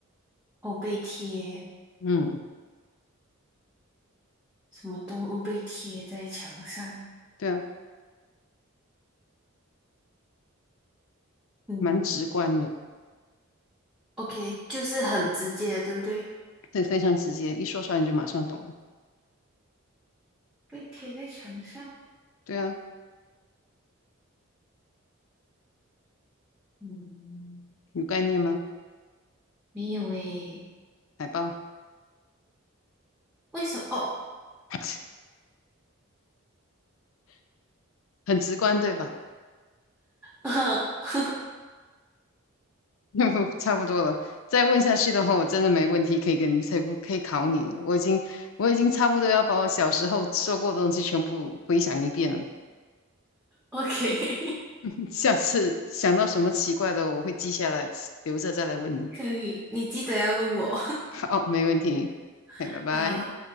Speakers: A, in the centre; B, on the left.
A: 哦被贴，
B: 嗯，
A: 什么动物被贴在墙上？
B: 对啊，
A: 嗯
B: 蛮直观的，
A: ，OK，就是很直接，对不对？
B: 对，非常直接，一说出来你就马上懂了。
A: 被贴在墙上，
B: 对啊，
A: 嗯，
B: 有概念吗？
A: 没有诶，
B: 海豹，
A: 为什么？哦
B: <laughs> 很直观，对吧？
A: <laughs>
B: <laughs> 差不多了，再问下去的话，我真的没问题可以跟你，可以可以考你了。我已经我已经差不多要把我小时候说过的东西全部回想一遍了。
A: ，OK，
B: <laughs> 下次想到什么奇怪的，我会记下来，留着再来问你。
A: <laughs> 可以，你记得要问我。
B: 好，没问题。
A: <laughs>
B: 哎，拜拜。
A: 好，